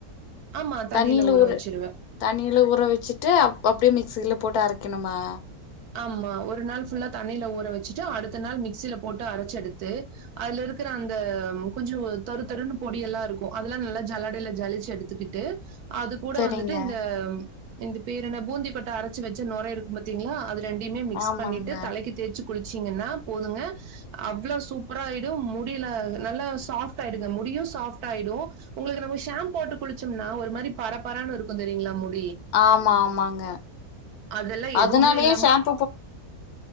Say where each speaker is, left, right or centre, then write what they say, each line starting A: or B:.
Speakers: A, on the right; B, on the left.
A: ஆமா. தண்ணீல
B: தண்ணில ஊற
A: வச்சுருவேன்.
B: தண்ணில ஊறவச்சுட்டு அப்டியே மிக் சில போட்டு அரைக்கணுமா
A: ஆமா ஒரு நாள் ஃபுல்லா தண்ணில ஊற வச்சிட்டு அடுத்த நாள் மிக்சில போட்டு அரைச்சு எடுத்து அதுல இருக்கிற அந்த கொஞ்ச தொருத்தொ ருன் பொடி எல்லாம் இருக்கு அதெல்லாம் நல்லா ஜல்லடையில ஜளிச்சு எடுத்துக்கிட்டு அது கூட
B: சரிங்க
A: வந்துட்டு இந்த இந்த பேரு என்ன பூந்தி கொட்டை அரைச்சு வச்சு நுர இருக்கு பாத்தீங்களா அது ரெண்டைமே மிக்ஸ்
B: ஆமாங்க
A: பண்ணிட்டு தலைக்கு தேச்சு குளிச்சீங்கன்னா போதுங்க அவ்ளோ சூப்பராயிடும் முடியில நல்லா சாப்ட் ஆயிடுங்க முடியும் சாப்ட் ஆயிடும் உங்களுக்கு நம்ம ஷாம்ப் குளுச்சோம்னா ஒரு மாதிரி பரப்பரனு இருக்கு தெரியுங்களா முடி
B: ஆமா ஆமாங்க
A: அதெல்லாம்
B: அதனாலயே
A: எதுவுமே இல்லாம
B: சாம்ப்